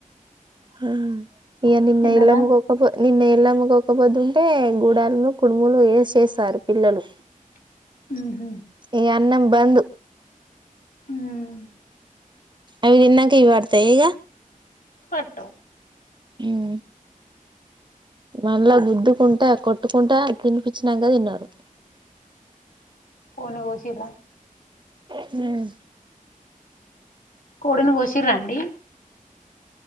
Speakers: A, on the right (about 35°); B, on the left (about 70°).
A: హా ఇగ నిన్న
B: తిన్నరా
A: ఇళ్లకు పోకపో నిన్న ఎల్లమ్మకు ఒక్కపొద్దు ఉంటే గూడాలును కుడుములు వేసేశారు పిల్లలు
B: హ్మ్మ్
A: ఇగ అన్నం బంద్
B: హ్మ్
A: అవి తిన్నాంక యివి పడతాయ ఇగ
B: పట్టవ్
A: మ్మ్ మళ్ళా గుద్దకుంటా కొట్టుకుంటా తినిపచ్చినాంక తిన్నారు
B: కోడ్నూ కోసిర్రా
A: హ్మ్మ్
B: కోడిని కోసిర్రా అండి